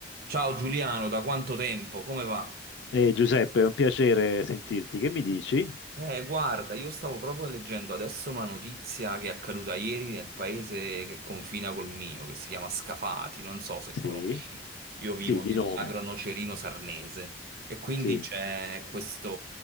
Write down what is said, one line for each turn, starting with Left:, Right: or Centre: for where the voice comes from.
Right: Ciao Giuliano, da quanto tempo? Come va?
Left: Eh, Giuseppe, è un piacere sentirti. Che mi dici?
Right: Eh, guarda, io stavo proprio leggendo adesso una notizia che è accaduta ieri nel paese che confina col mio, che si chiama Scafati, non so se
Left: Sì,
Right: conosci. Io vivo
Left: sì, di
Right: nell'agro
Left: nome.
Right: nocerino sarnese e quindi
Left: Sì.
Right: c'è questo